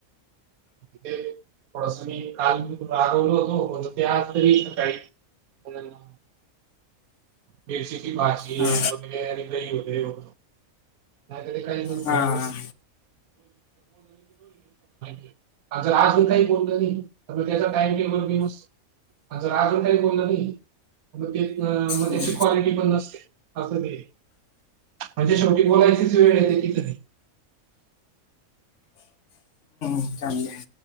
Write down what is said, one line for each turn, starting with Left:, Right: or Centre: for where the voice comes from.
Right: ते पर्सनली काल रागावलो होतो, मग ते आज तरी सकाळी <unintelligible> मिरशीली भाषी
Left: हा
Right: वगैरे आणि दही वगैरे होतं. नाही तरी काहीच नसतं
Left: हा
Right: नाही.
Left: हा
Right: <unintelligible> जर आज मी काही बोलत नाही तर मी त्याचा टाइम टेबलऊ जर आज जार काय बोलल नाही तर तिथेन.
Left: हम्म
Right: क्लिटी पण नसते अस म्हणजे शेवटी बोलायचीच वेळ येते कधी
Left: खूब चांगली आहे.